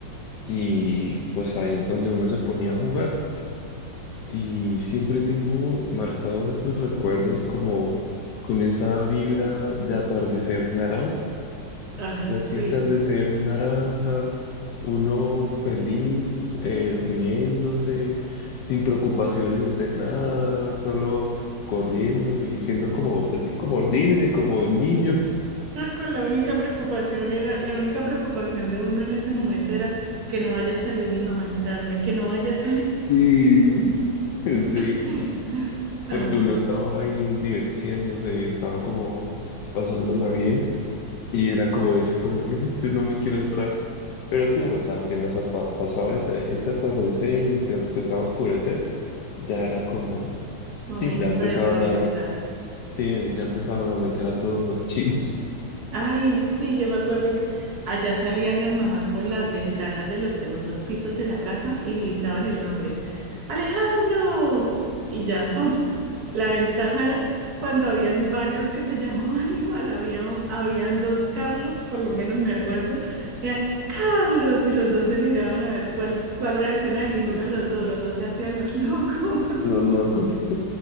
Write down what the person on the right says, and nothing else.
Ay,
sí.
Ah, Con la única preocupación era, la única preocupación de uno en ese momento era que no vaya a salir mi mamá a entrarme, que no vaya a salir.
<laughs>
Ah,
momento
de regresar.
Ay, sí, yo me acuerdo que allá salían las mamás por las ventanas de los segundos pisos de la casa y gritaban el nombre, Alejandro. Y ya, <laughs> ¡pum! La ventaja era cuando habían varios que se llamaban <laughs> igual, había, un- habían dos Carlos, por lo menos me acuerdo, era Carlos y los dos se miraban a ver cuál, cuál reaccionaba
y ninguno de los dos, los dos se hacían los locos. <laughs>